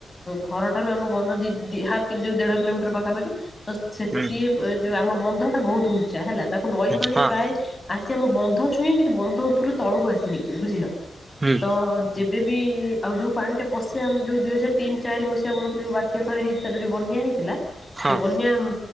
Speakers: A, on the left; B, on the right.
A: ଘର ଠାରୁ ଆମ ବନ୍ଧ ଦି ଦି ହାପ୍ କି ଯୋଉ ଦେଢ କିଲୋମିଟର ପାଖାପାଖି। ତ ସେ
B: ହୁଁ
A: ସିଏ ଅ, ଯୋଉ ଆମ ବନ୍ଧ ଟା ବହୁତ ଉଞ୍ଚା ହେଲା। ତାକୁ ନଈ
B: ହୁଁ
A: ପାଣି
B: ହଁ
A: ପ୍ରାୟ ଆସେ ଆମ ବନ୍ଧ ଛୁଏଁ, କିନ୍ତୁ ବନ୍ଧ ଉପରୁ ତଳକୁ ଆସିନି କେବେ ବୁଝିଲ।
B: ହୁଁ।
A: ତ ଯେବେ ବି ଆଉ ଯୋଉ ପାଣିଟା ପଶେ ଆମ ଯୋଉ ଦୁଇ ହଜାର ତିନି ଚାରି ମସିହା ବେଳକୁ ଯୋଉ ବା ସେ ଥରେ ହେଇ ଥରେ ଯୋଉ ବନ୍ୟା ହେଇଥିଲା
B: ହଁ
A: ସେ ବନ୍ୟା ଉଁ,